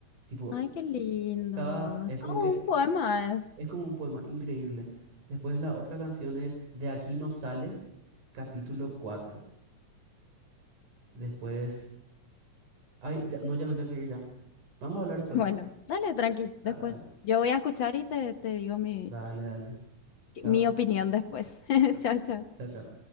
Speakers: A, on the right (about 65°); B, on the left (about 75°).
A: Tipo,
B: Ay, qué lindo.
A: cada, es
B: Es
A: como
B: Todo
A: que
B: un poema es.
A: es como un poema increíble. Después la otra canción es De aquí no sales, capítulo 4 Después... Ay, ya- no, ya me tengo que ir ya. Vamos a hablar después.
B: Bueno, dale, tranqui,
A: Dale,
B: después.
A: dale.
B: Yo voy a escuchar y te, te digo mi,
A: Dale, dale. Chao.
B: mi opinión después. <laughs> Chao, chao.
A: Chao, chao.